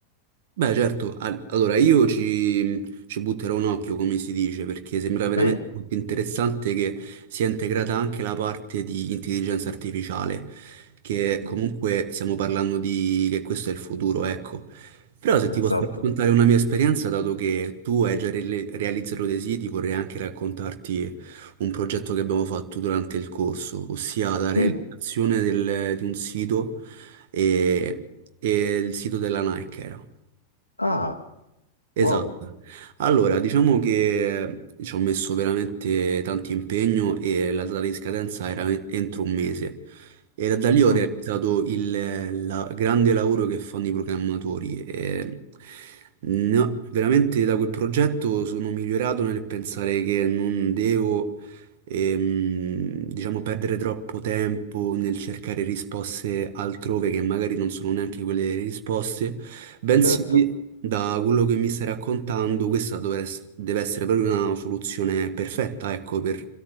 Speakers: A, on the right; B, on the left.
A: Beh, certo, al- allora io ci, ci butterò un occhio, come si dice, perché sembra veramente
B: Sì,
A: molto interessante che sia integrata anche la parte di intelligenza artificiale, che comunque
B: mm,
A: stiamo parlando di che questo è il futuro, ecco. Però se ti
B: esatto.
A: posso raccontare una mia esperienza, dato che tu hai già re- realizzato dei siti, vorrei anche raccontarti un progetto che abbiamo fatto durante il corso, ossia la realizzazione
B: Sì.
A: del- di un sito e, e il sito della Nike era.
B: Ah,
A: Esatto.
B: wow.
A: Allora, diciamo che eh, ci ho messo veramente tanto impegno e la data di scadenza era en- entro un mese. E da, da lì ho
B: Mm,
A: realizzato il la- grande lavoro che fanno i programmatori. E no, veramente da quel progetto sono migliorato nel pensare che non devo, ehm, diciamo, perdere troppo tempo nel cercare risposte altrove che magari non sono neanche quelle risposte. Bensì
B: certo.
A: da quello che mi stai raccontando, questa dovre- deve essere proprio una soluzione perfetta, ecco, per,